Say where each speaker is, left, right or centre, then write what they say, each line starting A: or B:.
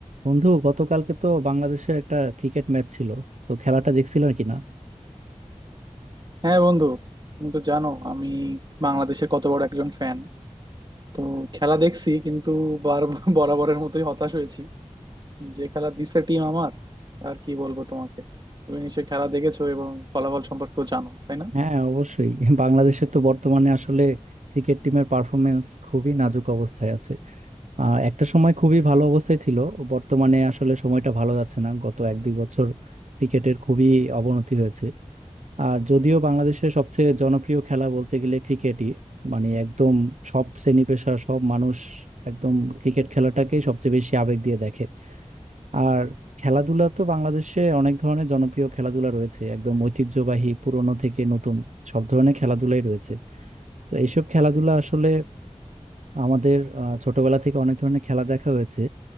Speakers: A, on the right; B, on the right.
A: বন্ধু গতকালকে তো বাংলাদেশের একটা ক্রিকেট ম্যাচ ছিল তো খেলাটা দেখছিল নাকি না
B: হ্যাঁ বন্ধু তুমি তো জানো আমি বাংলাদেশের কত বড় একজন ফ্যান তো খেলা দেখছি কিন্তু বার <laughs> বরাবরের মতোই হতাশ হয়েছি যে খেলা দিছে টিম আমার আর কি বলবো তোমাকে তুমি নিশ্চয়ই খেলা দেখেছো এবং ফলাফল সম্পর্কেও জানো তাই না
A: হ্যাঁ অবশ্যই <laughs> বাংলাদেশের তো বর্তমানে আসলে ক্রিকেট টিমের পারফরমেন্স খুবই নাজুক অবস্থায় আছে আহ, একটা সময় খুবই ভালো অবস্থায় ছিল বর্তমানে আসলে সময়টা ভালো যাচ্ছে না গত এক দুই বছর ক্রিকেটের খুবই অবনতি হয়েছে আর যদিও বাংলাদেশের সবচেয়ে জনপ্রিয় খেলা বলতে গেলে ক্রিকেটই মানে একদম সব শ্রেণী পেশা সব মানুষ একদম ক্রিকেট খেলাটাকেই সবচেয়ে বেশি আবেগ দিয়ে দেখে আর খেলাধুলা তো বাংলাদেশে অনেক ধরনের জনপ্রিয় খেলাধুলা রয়েছে একদম ঐতিহ্যবাহী পুরনো থেকে নতুন সব ধরনের খেলাধুলাই রয়েছে তো এইসব খেলাধুলা আসলে আমাদের আহ, ছোটবেলা থেকে অনেক ধরনের খেলা দেখা হয়েছে